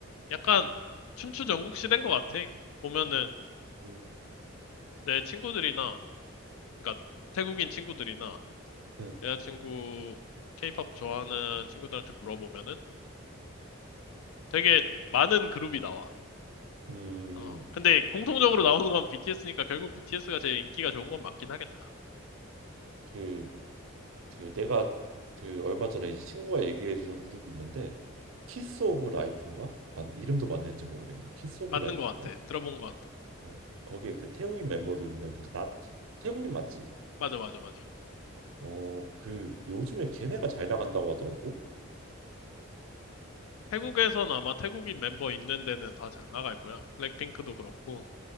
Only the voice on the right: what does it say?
음,
음,
음,
그, 그 내가 그 얼마 전에 이제 친구가 얘기해 주는 그룹이 있는데 키스 오브 라이프인가? 아, 이름도 맞는지 모르겠네. 키스 오브
라이프인가?
어, 거기에 그 태국인 멤버도 있는 그 나티? 태국인 맞지?
어, 그 요즘에 걔네가 잘 나간다고 하더라고.